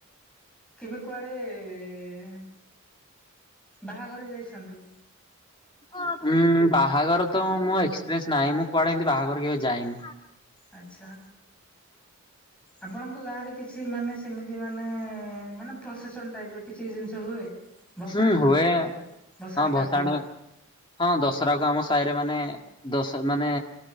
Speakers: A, in the centre; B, on the left (about 20°).
A: କେବେ କୁଆଡ଼େ <unintelligible> ବାହାଘରେ ଯାଇ ଅଛନ୍ତି।
B: ଉଁ ବାହାଘର ତ ମୁଁ ଏକ୍ସପିରିଏନ୍ସ ନାହିଁ ମୁଁ କୁଆଡେ ଏମତି ବାହାଘର କେବେ ଯାଇନି।
A: ଆଚ୍ଛା। ଆପଣଙ୍କ ଗାଁ ରେ କିଛି ମାନେ ସେମିତି ମାନେ ମାନେ ପ୍ରସେସନ ଟାଇପ୍ ର କିଛି ଜିନିଷ ହୁଏ। ଭସାଣି
B: ହୁଁ ହୁଏ
A: ଯୋଉଟା କୁହାଯାଏ। ଭସାଣି
B: ହଁ
A: କାର୍ଯ୍ୟ
B: ଭସାଣୀ ହଁ ଦଶହରା କୁ ଆମ ସାହି ସାହିରେ ମାନେ ଦଶ ମାନେ